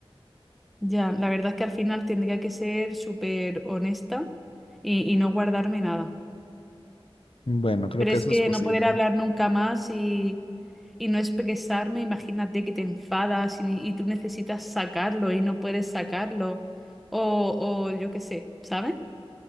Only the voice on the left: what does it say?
Bueno, creo
que
eso
es posible.